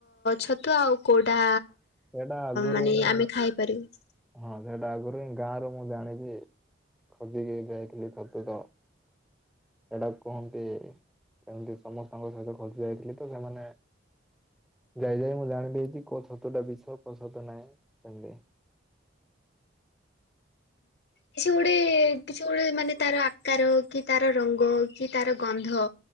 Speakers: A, on the left; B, in the centre.
A: ଛତୁ ଆଉ କୋଉଟା
B: ସେଇଟା ଆଗରୁ
A: ମାନେ
B: ହିଁ
A: ଆମେ ଖାଇପାରିବୁ?
B: ହଁ ସେଟା ଆଗରୁ ହିଁ ଗାଁରୁ ମୁଁ ଜାଣିଛି ଖୋଜିକି ଯାଇଥିଲି ଛତୁ ତ। ସେଇଟା କୁହନ୍ତି କେମିତି ସମସ୍ତଙ୍କ ସହିତ ଖୋଜି ଯାଇଥିଲି ତ ସେମାନେ ଯାଇ ଯାଇ ମୁଁ ଜାଣିିଦେଇଛି କୋଉ ଛତୁଟା ବିଷ କୋଉ ଛତୁ ନାହିଁ ଏମିତି।
A: ଏ ସେ ଗୋଟେ ଗଳି ମାନେ ତାର ଆକାର କି ତାର ରଙ୍ଗ କି ତାର ଗନ୍ଧ।